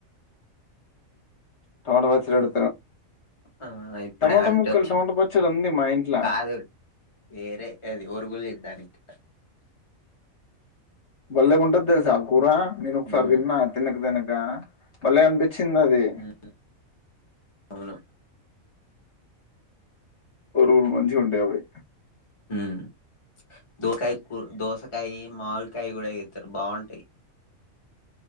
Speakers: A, on the left; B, on the left.
A: టమాట పచ్చడు
B: ఆ ఇప్పుడే
A: టమోటా
B: ఆంటీ
A: ముక్కలు
B: వచ్చింది
A: టమాటా పచ్చడి ఉంది మా ఇంట్ల
B: కాదు వేరే అది ఒరుగులు చేద్దానికి
A: బల్లెగుంటది తెలుసా కూర నేన్ ఒకసారి
B: ఉమ్
A: తిన్న తినక తిన న బల్లె అన్పి పించిందది
B: ఉమ్ అవును
A: ఒరుగులు మంచిగుంటాయి అవి
B: హ్మ్ దోకాయ దోసకాయ మావిడికాయి కూడా ఏతారు బావుంట టయి